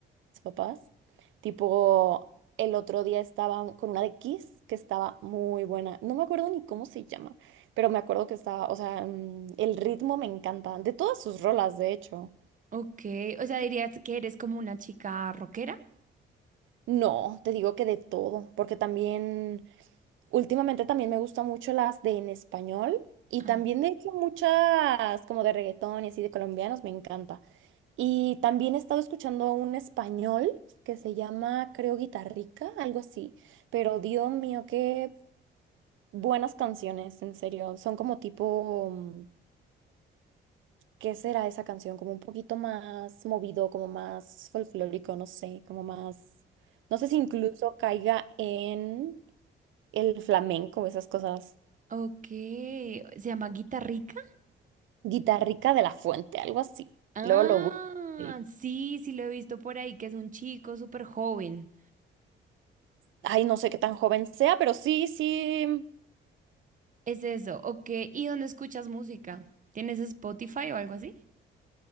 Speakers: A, on the right (about 75°); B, on the right (about 40°).
A: mis papás. Tipo, el otro día estaba con una de Kiss que estaba muy buena. No me acuerdo ni cómo se llama, pero me acuerdo que estaba, o sea, mm, el ritmo me encanta. De todas sus rolas, de hecho.
B: Ok, o sea, dirías que eres como una chica rockera.
A: No, te digo que de todo, porque también, últimamente también me gustan mucho las de en español y
B: Ajá.
A: también de hecho muchas como de reggaetón y así de colombianos, me encanta. Y también he estado escuchando un español que se llama, creo, Guitarrica, algo así. Pero Dios mío, qué buenas canciones, en serio. Son como tipo, mm, ¿qué será esa canción? Como un poquito más movido, como más folclórico, no sé, como más... No sé si incluso caiga en el flamenco, esas cosas.
B: Ok, ¿se llama Guitarrica?
A: Guitarrica de la Fuente, algo así.
B: Ah,
A: Luego lo busco. Sí.
B: sí, sí lo he visto por ahí, que es un chico súper joven.
A: Ay, no sé qué tan joven sea, pero sí, sí.
B: Es eso, ok. ¿Y dónde escuchas música? ¿Tienes Spotify o algo así?